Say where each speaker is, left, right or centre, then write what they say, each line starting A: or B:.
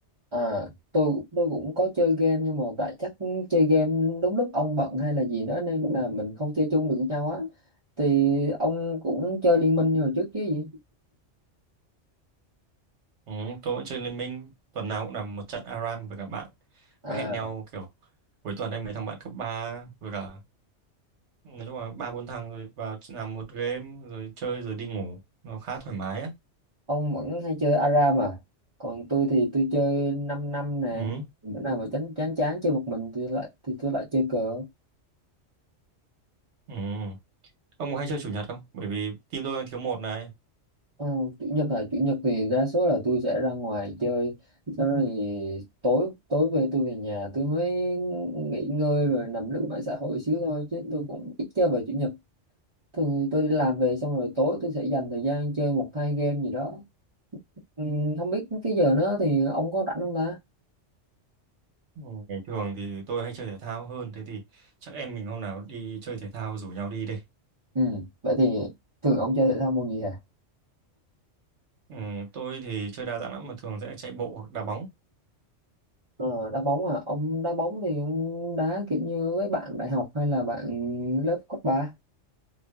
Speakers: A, on the right; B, on the right.
A: à, tôi tôi cũng có chơi game nhưng mà tại chắc chơi game đúng lúc ông bận hay là gì đó nên là mình không chơi chung được với nhau á. Thì ông cũng chơi liên minh như hồi trước chứ gì?
B: Ừ, tôi vẫn chơi Liên Minh tuần nào cũng làm một trận ARAM với các bạn
A: À,
B: cứ hẹn nhau kiểu cuối tuần em mấy thằng bạn cấp 3 với cả nói chung là ba bốn thằng rồi vào làm một game rồi chơi rồi đi ngủ nó khá thoải mái á
A: ông vẫn hay chơi ARAM à? Còn tôi thì tôi chơi 5 năm năm nè.
B: ừ,
A: Bữa nào mà chán chán chán chơi một mình thì lại thì tôi lại chơi cờ.
B: ừ. ông có hay chơi chủ nhật không bởi vì team tôi đang thiếu một này
A: Ờ, chủ nhật là chủ nhật thì đa số là tôi sẽ ra ngoài chơi. Sau đó thì tối tối về tôi về nhà tôi mới nghỉ ngơi rồi nằm lướt mạng xã hội xíu thôi chứ tôi cũng ít chơi vào chủ nhật. Thường tôi đi làm về xong rồi tối tôi sẽ dành thời gian chơi một hai game gì đó. Ừ, không biết cái giờ nó thì ông có rảnh không ta?
B: ừ. ngày thường thì tôi hay chơi thể thao hơn thế thì chắc em mình hôm nào đi chơi thể thao rủ nhau đi đi
A: Ừ, vậy thì thường ông chơi thể thao môn gì hả?
B: ừ, tôi thì chơi đa dạng lắm mà thường sẽ chạy bộ hoặc đá bóng
A: Ờ, đá bóng à ông đá bóng thì ông đá kiểu như với bạn đại học hay là bạn lớp cấp ba